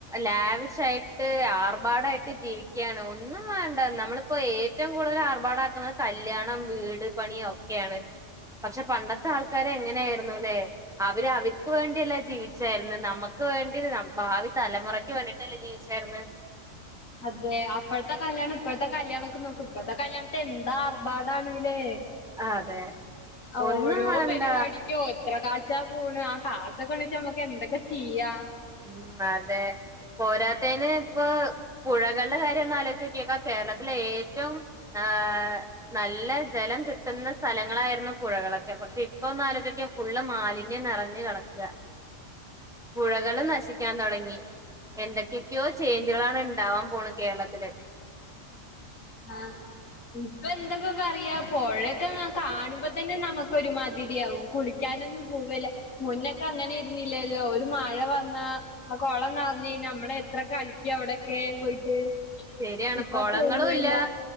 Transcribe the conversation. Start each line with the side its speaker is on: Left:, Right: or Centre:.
Centre: ലാവിഷായിട്ട് ആർഭാടായിട്ട് ജീവി ക്യാണ്. ഒന്നും വേണ്ട നമ്മള്പ്പോ ഏറ്റും കൂടുതൽ ആർഭാടാക്കുന്നെ കല്യാണം വീട് പണിയോ ക്കി ആണ് പക്ഷെ പണ്ടത്തെ ആൾക്കാരെ എങ്ങനെയിരുന്നു ലെ അവര് അവര്ക്ക് വേണ്ടി അല്ല ജീവി ച്ചാര്ന്ന്. നമക്ക് വേണ്ടി, ഭാവി തലമുറയ്ക്ക് വേണ്ടിട്ടല്ലേ ജീവിച്ചാര്ന്ന്.?
Left: അതെ.. അപ്പഴ്ത്തെ കല്യാണം ഇപ്പഴ്ത്തെ കല്യാണക്കെ നോക്ക് ഇപ്പ ഴത്തെ കല്ല്യാണത്തിന് എന്താഭാടാണ് ലേ?
Centre: അതെ
Left: അ
Centre: ഒന്നും
Left: ഓരോ
Centre: വേണ്ട
Left: പരിപാടിക്കും ഓ എത്രെ കാശാ പോണ് ആ കാശൊക്കെ ണ്ട്ച്ച ഞമ്മക്ക് എന്തൊക്കെ ചെയ്യാ
Centre: ഉം അതെ പോരാത്തേന് പ്പൊ പുഴകൾടെ കാര്യോന്ന ആലോചോക്യെ ക്കാ കേര്ളത്തിലെ ഏറ്റവും ആഹ് നല്ല ജലം കിട്ടുന്ന സ്ഥലങ്ങളായിരുന്നു പുഴകളൊക്കെ, പക്ഷെ ഇപ്പൊന്ന്ലോചോക്കെ ഫുള്ള് മാലിന്യം നെറഞ്ഞ് കെടക്ക പുഴ കള് നശിക്ക്യ തോടങ്ങി എന്തൊക്കെയ്ക്യോ ചേഞ്ചുകളാണ് ണ്ടാവാ പോണെ കേരളത്തില്
Left: ആഹ് ഇപ്പൊ എന്തപ്പൊ പറയാ പൊഴയൊക്കെ കാണുമ്പോ തന്നെ നമുക്കൊരുമാതിരിയാവും. കുളിക്കാനൊന്നും പോവല്ല മുന്നൊക്കെ അങ്ങനെ ആരുന്നില്ലല്ലോ ഒരു മഴ വന്നാ ആ കൊളന്നർഞ്ഞ് ഞമ്മള് എത്ര കളിക്കി അവിടെക്കെ പോയിട്ട്
Centre: ശരിയാണ്
Left: ഇപ്പൊ
Centre: കൊളങ്ങളും
Left: പോവല്ല
Centre: ഇല്ലാ